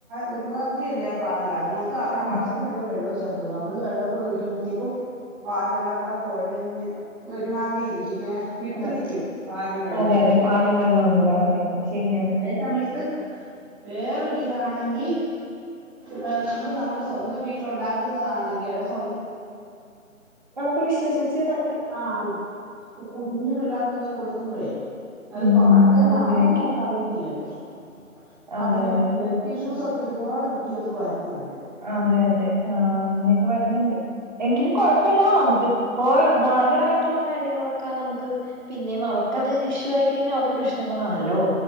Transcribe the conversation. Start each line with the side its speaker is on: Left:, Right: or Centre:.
Centre: ഒരുമാതിരിയല്ലേ ആ പാല്, അതിനകത്ത് അവ
Right: ഉം.
Centre: ആവശ്യത്തിനധികം വെള്ളവും ചേർക്കുന്നു നമ്മള് വെള്ളം കൂടെ ഒഴിക്കുമ്പോഴത്തേക്കും പാലെല്ലാം കൂടെ കുഴഞ്ഞു ഒരുമാതിരി ഇരിക്കും ഇങ്ങനെ വിട്ട്
Right: ആ,
Centre: നിക്കും പാലും വെള്ളവും
Right: അതെ
Centre: കൂടെ
Right: അതെ പാലും വെള്ളവും കൂടെ അതെ അതെ ശരിയാണ്
Centre: ഉ സമയത്ത് വേറൊരി ഇതാണെങ്കിൽ ് നമ്മൾ നമ്മുടെ സ്വന്തം വീട്ടിൽ ഉണ്ടാക്കുന്നതാണെങ്കിൽ, അല്ല സ്വന്തം
Right: നമുക്ക് വിശ്വസിച്ച് നു
Centre: ആഹ ഈ കുഞ്ഞി പിള്ളേർക്ക് ഒക്കെ കൊടുക്കുമ്പോഴേ അത്
Right: ഉം
Centre: പാല് തന്നെ
Right: അത് ഉപയോഗിക്കാം
Centre: ആണോന്ന് നമുക്ക്റിയ ല്ലല്ലോ അപ്പ
Right: അതെ
Centre: അങ്ങനെ
Right: അതെ അതെ
Centre: ഇഷ്യൂസ് ഒക്കെ ഒരുപാട് കുട്ടികൾക്ക് വരുന്നുണ്ട്.
Right: അതെ അതെ ആ, അങ്ങനെയൊക്കെ വരുന്നുണ്ട് എങ്കിലും കൊഴപ്പില്ല നമുക്ക് ഇപ്പൊ ബ്രാൻഡഡ് ആയിട്ടുള്ള കാര്യങ്ങളൊക്കെ നമുക്ക് പിന്നെയും അവർക്കത് ഇഷ്യൂ ആയി കഴിഞ്ഞാൽ, അവർക്ക് പ്രശ്നം ആണല്ലോ,